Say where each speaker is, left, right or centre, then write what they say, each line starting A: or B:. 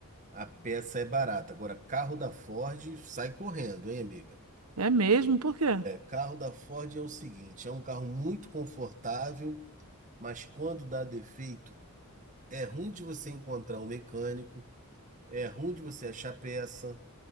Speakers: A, on the right (about 35°); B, on the right (about 85°).
A: a peça é barata. Agora, carro da Ford sai correndo, hein, amiga?
B: É mesmo? Por quê?
A: Carro da Ford é o seguinte, é um carro muito confortável, mas quando dá defeito, é ruim de você encontrar um mecânico, é ruim de você achar peça.